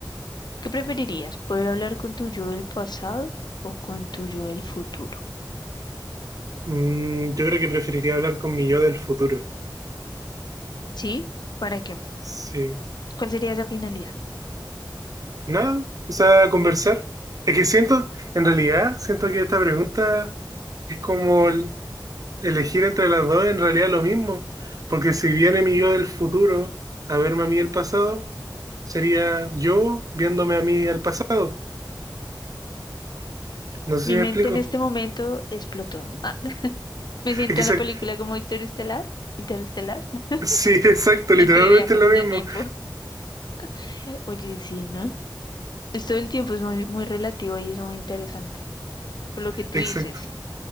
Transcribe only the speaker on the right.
Mm, yo creo que preferiría hablar con mi yo del futuro.
Sí.
Nada, o sea, conversar. Es que siento, en realidad, siento que esta pregunta es como el- elegir entre las dos, en realidad lo mismo. Porque si viene mi yo del futuro a verme a mí el pasado, sería yo viéndome a mí al pasado. No sé
si me
explico.
Es que
ser-
sí, <laughs> exacto,
literalmente
es lo mismo.
Exacto.